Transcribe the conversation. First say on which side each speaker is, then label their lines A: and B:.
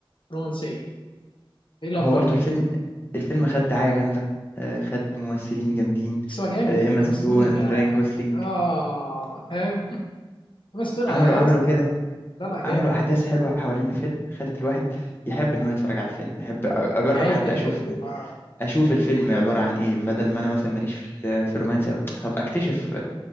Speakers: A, on the left; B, on the left.
A: رومانسيه دي لا
B: هو
A: مبالغه
B: برضه الفيلم الفيلم خد دعايه جامده آه، خد ممثلين جامدين
A: بس هو جامد
B: آه، ايما
A: يعني ايما
B: ستون
A: ستون
B: راين جوسلينج
A: اه فاهم ايما ستون انا
B: عملوا
A: يا
B: عملوا
A: اسطى
B: كده
A: لا لا
B: عملوا
A: جامد
B: احداث
A: جامد
B: حلوه حوالين الفيلم خلت الواحد يحب ان هو يتفرج على الفيلم يحب أ- اجرب
A: نهايه
B: حتى
A: الفيلم
B: اشوف
A: آه
B: اشوف الفيلم عباره عن ايه بدل ما انا مثلا ماليش في ال- في الرومانسي أوي. طب اكتشف